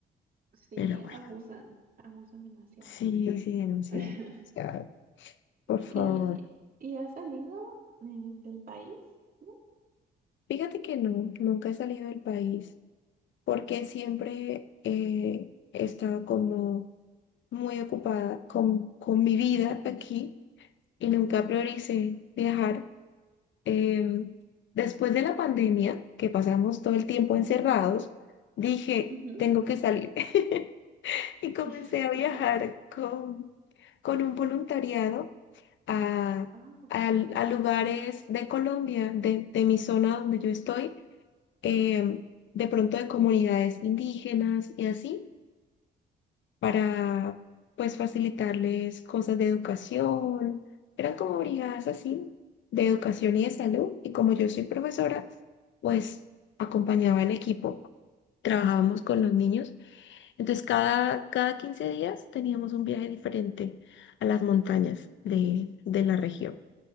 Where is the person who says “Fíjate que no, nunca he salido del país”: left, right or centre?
Left